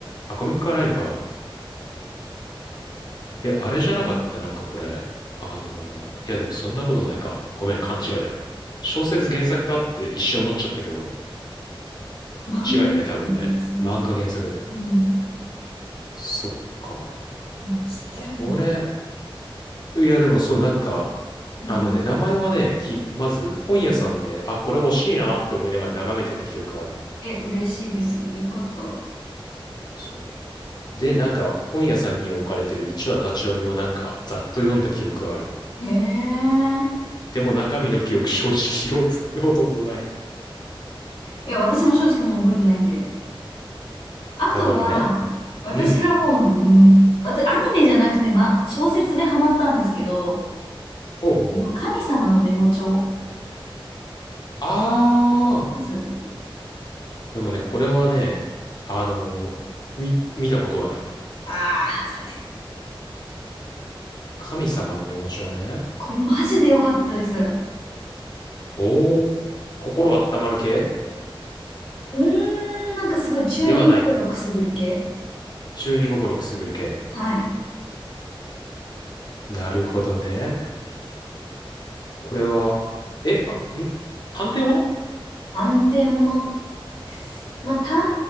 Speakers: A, on the left (about 50°); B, on the left (about 75°).
A: あ、コミックアライブか。え、あれじゃなかった、なんか、これ。あのーいや、でも、そんなことないか。ごめん、勘違いだ。小説原作かって一瞬思っちゃったけど、
B: 漫画だと思いますね。
A: 違うよね、多分ね。漫画原作だよね。
B: うん。
A: そっか。
B: あ、知ってるんだ。
A: これ、いやでもそう、なんか、
B: うん。
A: あのね、名前はね、き、まず本屋さんで、あ、これ欲しいなって思いながら眺めてた記憶ある。
B: え、嬉しいです。よかった。
A: そう。で、なんか本屋さんに置かれてる一話立ち読みをなんかざっと読んだ記憶はある。
B: へえ。
A: でも中身の記憶正直よ、<laughs> ほとんどない。
B: いや、私も正直もう覚えてないんで。あとは、
A: なるほどね。
B: 私がもう、
A: うん。
B: うん私、アニメじゃなくて、ま、小説でハマったんですけど、
A: ほうほうほう。
B: あの神様のメモ帳
A: あー。
B: ですよね
A: でもね、これはね、あのーみ、見たことはない。
B: ああー、残念。
A: 神様のメモ帳ね。
B: これマジで良かったです。う
A: おー、心温まる系
B: ーん、なんかすごい中二心くすぐる系。
A: ではない。中二心くすぐる系。
B: はい。
A: なるほどね。これは、え、あ、ん探偵もの
B: 探偵もの。まあ、探偵